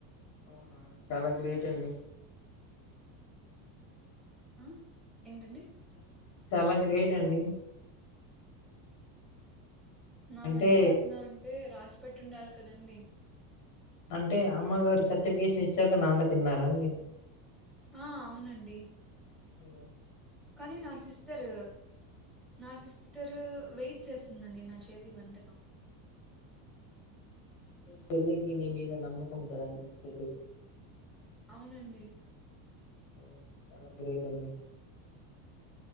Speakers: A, on the left; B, in the centre.
A: అవునా చాలా గ్రేట్ అండి
B: ఆ ఏంటండి
A: చాల గ్రేట్ అండి
B: నా
A: అంటే
B: వంటకాలు తినాలంటే రాసిపెట్టుండాలి కదండి
A: అంటే అమ్మగారు సర్టిఫికేషన్ ఇచ్చాక నాన్న తిన్నారా అండి
B: ఆ అవునండి
A: హ
B: కానీ నా సిస్టర్ నా సిస్టరు వెయిట్ చేసింది అండి నా చేతి వంటకం
A: అంటే చెల్కి నీ మీద నమ్మకం <unintelligible>
B: అవునండి
A: ఓ చాల గ్రేట్ అండి